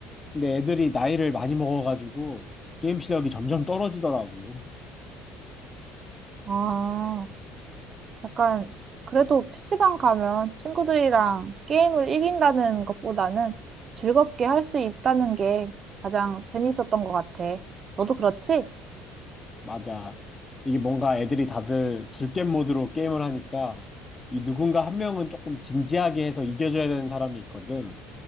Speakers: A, on the left; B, on the right.
A: 근데 애들이 나이를 많이 먹어가지고 게임 실력이 점점 떨어지더라고.
B: 아, 약간, 그래도 PC방 가면 친구들이랑 게임을 이긴다는 것보다는 즐겁게 할 수 있다는 게 가장 재밌었던 것 같아. 너도 그렇지?
A: 맞아. 이게 뭔가 애들이 다들 즐겜 모드로 게임을 하니까 이 누군가 한 명은 조금 진지하게 해서 이겨줘야 되는 사람이 있거든.